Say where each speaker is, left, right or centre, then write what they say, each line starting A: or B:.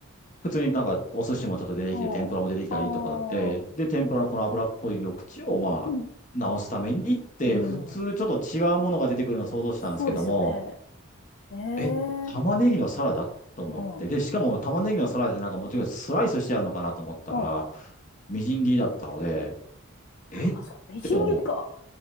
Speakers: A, on the left; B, on the left.
A: 普通になんかお寿司もちょっと出てきて、
B: うん。
A: 天ぷらも出てきたりとかだって、
B: ああ、
A: で、天ぷらのこの脂っこい緑地をまあ、
B: うん。
A: 直すためにって、
B: う
A: 普通ちょっと違うものが出てくるのを想像したんですけども、
B: ん。そうですよね。ええ、
A: え、玉ねぎのサラダと思って、
B: うん。うん。
A: で、しかも玉ねぎのサラダでなんかもちろんスライスしてあるのかなと思ったら、
B: うん。
A: みじん切りだったので、えっ
B: あ、そう、みじん切りか。
A: て思って、